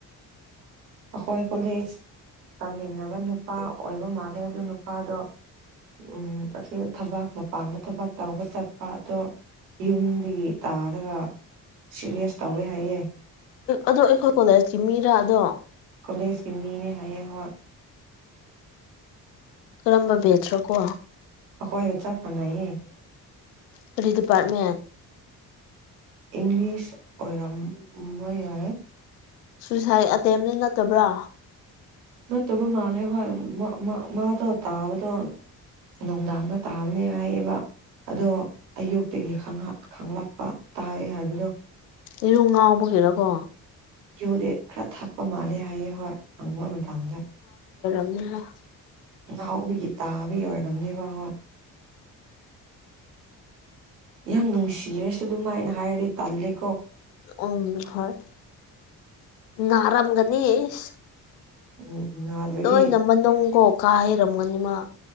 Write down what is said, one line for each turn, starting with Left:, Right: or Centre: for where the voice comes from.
Right: ꯑꯩꯈꯣꯏ ꯀꯣꯂꯦꯖ ꯇꯝꯃꯤꯟꯅꯕ ꯅꯨꯄꯥ ꯑꯣꯏꯕ ꯃꯥꯜꯂꯦ ꯑꯗꯨ ꯅꯨꯄꯥꯗꯣ ꯎꯝ ꯑꯁꯤ ꯊꯕꯥꯛ ꯃꯄꯥꯟꯗ ꯊꯕꯥꯛ ꯇꯕ ꯆꯠꯄ ꯑꯗꯣ ꯌꯨꯝꯗꯒꯤ ꯇꯥꯔꯒ ꯁꯤꯔꯤꯌꯁ ꯇꯧꯋꯦ ꯍꯥꯏꯌꯦ
Left: ꯑꯗꯣ ꯑꯩꯈꯣꯏ ꯀꯣꯂꯦꯖꯀꯤ ꯃꯤꯔꯥ ꯑꯗꯣ
Right: ꯀꯣꯂꯦꯖꯀꯤ ꯃꯤꯅꯦ ꯍꯥꯏꯌꯦꯡ ꯍꯣꯏ
Left: ꯀꯔꯝꯕ ꯕꯦꯠꯇ꯭ꯔꯣ ꯀꯣ
Right: ꯑꯩꯈꯣꯏꯒ ꯆꯞ ꯃꯥꯟꯅꯩꯌꯦ
Left: ꯄꯔꯤ ꯗꯤꯄꯥꯔꯠꯃꯦꯟ
Right: ꯏꯪꯂꯤꯁ ꯑꯣꯏꯔꯝꯕ ꯌꯥꯏ
Left: ꯁꯨꯏꯁꯥꯏꯠ ꯑꯦꯇꯦꯝꯅꯤ ꯅꯇꯕ꯭ꯔꯥ
Right: ꯅꯠꯇꯕ ꯃꯥꯜꯂꯦ ꯍꯣꯏ ꯃꯥꯗꯣ ꯇꯥꯕꯗꯣ ꯅꯨꯡꯗꯥꯡꯗ ꯇꯥꯕꯅꯦ ꯍꯥꯏꯌꯦꯕ ꯑꯗꯣ ꯑꯌꯨꯛꯇꯒꯤ ꯈꯪꯂꯛꯄ ꯇꯥꯏ ꯍꯥꯏꯕꯗꯣ
Left: ꯏꯔꯨ ꯉꯥꯎꯕꯒꯤꯔꯀꯣ
Right: ꯌꯣꯔꯦ ꯈꯔ ꯊꯥꯛꯄ ꯃꯥꯜꯂꯦ ꯍꯥꯏꯌꯦ ꯍꯣꯏ ꯍꯪꯕ ꯃꯇꯥꯡꯗ
Left: ꯎ
Right: ꯉꯍꯥꯎꯕꯒꯤ ꯇꯥꯕ ꯑꯣꯏꯔꯕꯝꯅꯦꯕ ꯍꯣꯏ ꯌꯥꯝ ꯅꯨꯡꯁꯤꯔꯁꯨ ꯑꯗꯨꯃꯥꯏꯅ ꯍꯥꯏꯔꯗꯤ ꯇꯂꯦ
Left: ꯑꯣ ꯍꯣꯏ ꯅꯔꯝꯒꯅꯤꯁ
Right: ꯎꯝ ꯅꯥꯗ꯭ꯔꯗꯤ
Left: ꯅꯣꯏ ꯅꯃ ꯅꯅꯨꯡ ꯀꯣ ꯀꯥ ꯍꯩꯔꯝꯒꯅꯤꯃ